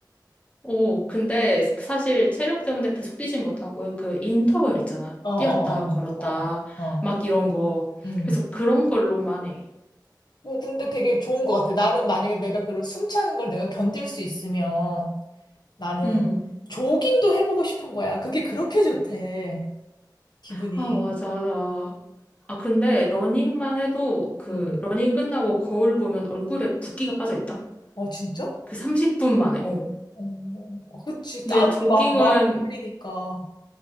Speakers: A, on the left; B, on the left.
A: 오, 근데 사실 체력 때문에 계속 뛰진 못하고 그 인터벌 있잖아.
B: 어, 어,
A: 뛰었다, 걸었다,
B: 어, 어, 어. 어.
A: 막 이런 거.
B: 음.
A: 그래서 그런 걸로만 해.
B: 어, 근데 되게 좋은 것 같아. 나는 만약에 내가 그런 숨 차는 걸 내가 견딜 수 있으면 나는
A: 음.
B: 조깅도 해보고 싶은 거야. 그게 그렇게 좋대. 기분이.
A: 아, 맞아. 맞아. 아, 근데 러닝만 해도 그
B: 음.
A: 러닝 끝나고 거울 보면 얼굴에 붓기가 빠져 있다.
B: 어, 진짜?
A: 그 30분 만에, 어.
B: 어, 어. 어, 그치. 땀이
A: 근데 조깅은,
B: 막, 막 흘리니까.